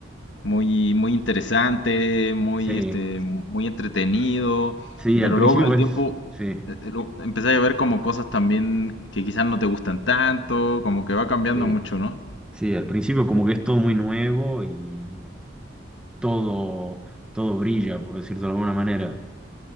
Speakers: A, on the left; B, in the centre.
A: muy, muy interesante, muy,
B: Sí,
A: este, muy entretenido,
B: sí,
A: pero
B: al principio
A: luego con el
B: ves,
A: tiempo
B: sí,
A: eh, eh, lo- empezás a ver como cosas también que quizás no te gustan tanto, como que va cambiando
B: Sí,
A: mucho, no
B: sí, al principio como que es todo muy nuevo y todo, todo brilla, por decirlo de alguna manera.